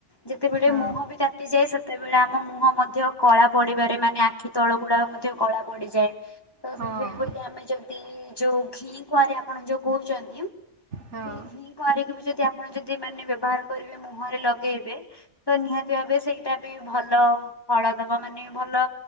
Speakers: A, on the left; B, on the right.
A: ଯେତେବେଳେ
B: ହଁ
A: ମୁହଁ ବି ତାତି ତାତିଯାଏ ସେତେବେଳେ ଆମ ମୁହଁ ମଧ୍ୟ କଳା ପଡିପାରେ ମାନେ ଆଖି ତଳ ଗୁଡାକ ମଧ୍ୟ କଳା ପଡିଯାଏ। ତ
B: ହଁ
A: ସେଥିପାଇଁ ବୋଲି ଆମେ ଯଦି ଯୋଉ ଘି କୁଆଁରେ ଆପଣ ଯୋଉ କହୁଚନ୍ତି
B: ହଁ
A: ସେଇ ଘି କଆଁରୀକୁ ବି ଯଦି ଆପଣ ଯଦି ମାନେ ବ୍ୟବହାର କରିବେ ମୁହଁରେ ଲଗେଇବେ ତ ନିହାତି ଭାବେ ସେଇଟା ବି ଭଲ ଫଳ ଦବ। ମାନେ ଭଲ